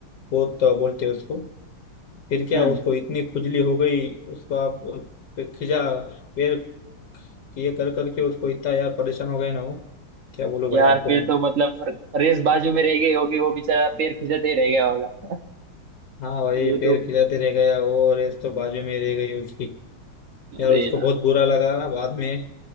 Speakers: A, on the left; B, on the right.
A: वो तो बोलते हैं उसको फिर क्या
B: हम्म
A: उसको इतनी खुजली हो गई उसको आप वो खिंचा पैर ये कर करके उसको इतना यार परेशान हो गया ना वो क्या बोलो भाई
B: यार
A: आपको
B: फिर
A: मैं
B: तो मतलब रेस बाजू में रह गई होगी वो बेचारा पैर खुजाते ही रह गया होगा <laughs>
A: हाँ भाई
B: ये
A: पैर
B: तो
A: खिंचाते रह गया और रेस तो बाजू में रह गई उसकी यार
B: अरे
A: उसको
B: यार
A: बहुत बुरा लगा बाद में